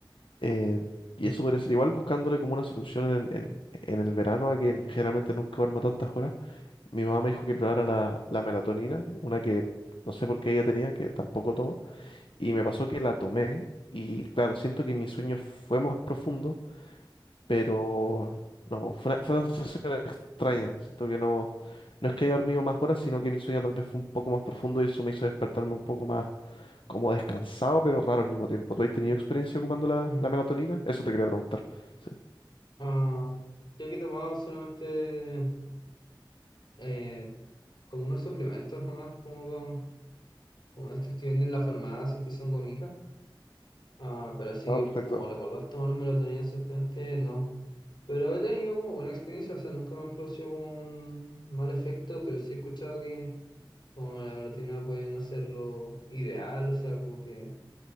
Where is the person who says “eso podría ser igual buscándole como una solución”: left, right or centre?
Left